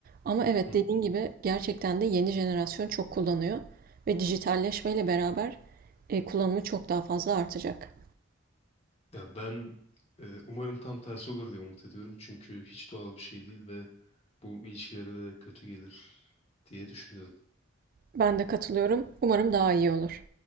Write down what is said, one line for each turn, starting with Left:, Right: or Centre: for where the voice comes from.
Right: Ama evet
Left: Hı hı.
Right: dediğin gibi gerçekten de yeni jenerasyon çok kullanıyor. Ve dijitalleşmeyle beraber e, kullanımı çok daha fazla artacak.
Left: Ya ben e, umarım tam tersi olur diye umut ediyorum. Çünkü hiç doğal bir şey değil ve bu ilişkilere de kötü gelir diye düşünüyorum.
Right: Ben de katılıyorum. Umarım daha iyi olur.